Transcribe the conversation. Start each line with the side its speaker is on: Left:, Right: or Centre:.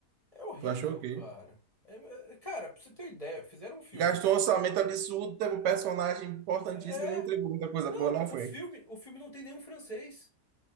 Left: é horrível,
Right: Tu achou o quê?
Left: cara. É, é, cara, pra você ter ideia, fizeram um filme.
Right: Gastou um orçamento absurdo, teve um personagem importantíssimo
Left: É,
Right: e não entregou muita coisa
Left: Não,
Right: boa, não
Left: o
Right: foi?
Left: filme, o filme não tem nenhum francês.